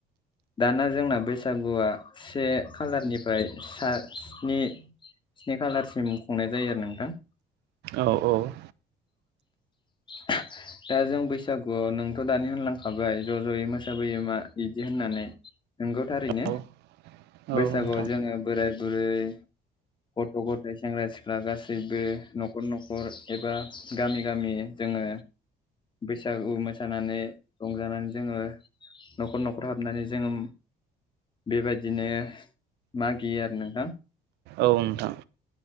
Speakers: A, on the left (about 30°); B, on the right (about 80°).
A: दाना जोंना बैसागुआ से खालारनिफ्राय ओमफ्राय सा स्नि स्नि खालारसिम खुंनाय जायो आरो नोंथां
B: औ औ
A: लांदां दा जों बैसागुआव नोंथ' दानि होनलांखाबाय ज' ज'यै मोसाबोयो मा बिदि होननानै नंगौ थारैनो
B: औ औ
A: बैसागुआव
B: नोंथां
A: जोङो बोराय बुरै गथ' गथाइ सेंग्रा सिख्ला गासैबो न'खर न'खर एबा गामि गामि जोङो बैसागु मोसानानै रंजानानै जोङो न'खर न'खर हाबनानै जोङो बेबायदिनो मागियो आरो नोंथां
B: औ नोंथां